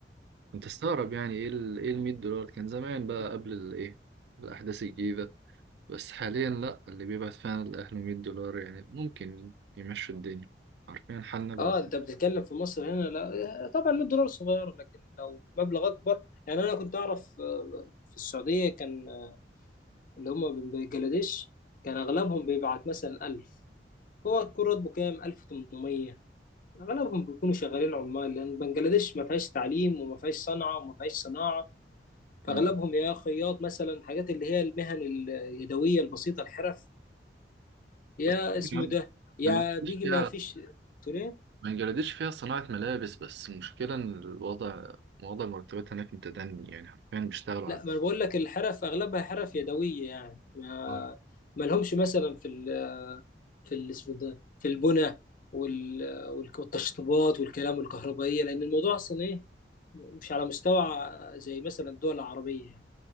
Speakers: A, on the right (about 65°); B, on the left (about 50°).
A: كنت استغرب يعني إيه ال إيه ال 100 دولار كان زمان بقى قبل الإيه الأحداث الجديدة بس حاليا لأ اللي بيبعت فعلا لأهله 100 دولار يعني ممكن يمشوا الدنيا عارفين حالنا بقى
B: اه انت بتتكلم في مصر هنا لا طبعا 100 دولار صغير لكن لو مبلغ اكبر يعني انا كنت اعرف آه، في السعودية كان آه، اللي هم من بنجلاديش كان اغلبهم بيبعت مثلا 1000 هو يكون راتبه كام 1800 اغلبهم بيكونوا شغالين عمال لان بنجلاديش ما فيهاش تعليم وما فيهاش صنعة وما فيهاش صناعة فاغلبهم
A: مم.
B: يا خياط مثلا حاجات اللي هي المهن اليدويه البسيطه الحرف يا
A: بس يعني
B: اسمه ده يا
A: ما نجحليش
B: بيجي
A: فيها
B: ما فيش تقول ايه
A: ما نجلدش فيها صناعة ملابس بس المشكلة إن الوضع وضع المرتبات هناك متدني يعني حرفيا بيشتغلوا
B: لا
A: على
B: ما انا بقول لك الحرف اغلبها حرف يدويه يعني ما
A: آه.
B: ما لهمش مثلا في ال... في ال- اسمه ده في البنى وال... وال- والتشطيبات والكلام والكهربائيه لان الموضوع اصلا ايه مش على مستوى زي مثلا الدول العربيه يعني